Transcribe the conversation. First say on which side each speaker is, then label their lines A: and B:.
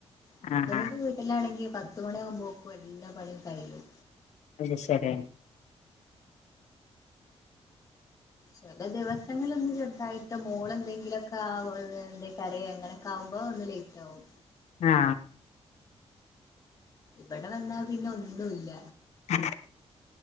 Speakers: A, on the left (about 30°); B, on the left (about 85°).
A: ഹസ്ബൻഡിന്റെ
B: ആഹ്
A: വീട്ടിലാണെങ്കിൽ പത്ത്മണിയാകുമ്പോക്കും എല്ലാ പണിയും കഴിയും
B: അത് ശെരി
A: ചില ദിവസങ്ങള് ഒന്ന് ചെറുതായിട്ട് മോൾ എന്തെങ്കിലുമൊക്കെ ആ എന്ത കരയെ അങ്ങനെയൊക്കെ ആകുമ്പോ ഒന്ന് ലേറ്റ് ആകും
B: ആ
A: ഇവിടെ വന്നാ പിന്നെ ഒന്നുല്ല
B: <inaudible>